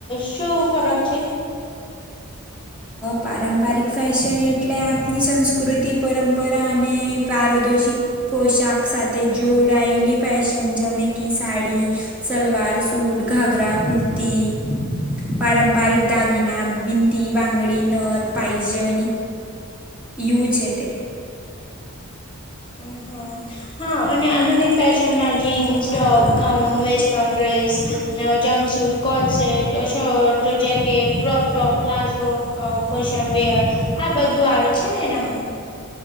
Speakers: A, on the left; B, in the centre.
A: શું ફરક છે?
B: પારંપરિક ફેશન એટલે આપની સંસ્કૃતિ પરંપરા અને પારદોષિક પોશાક સાથે જોડાયેલી ફેશન જેમે કે સાડી સલવાર-સૂટ, ઘાઘરા, કુર્તી, પારંપરિક દાગિના બિન ટી બંગડી નદ પાયજન ઇ છે છે તે.
A: <inaudible> હા અને આધુનિક ફેશનમાં jeans, top gown, western dress, jumpsuit coat set, shirt, jacket, crop top, palazzo અ ફેશન વેર આ બધું આવે છે ને એનામાં?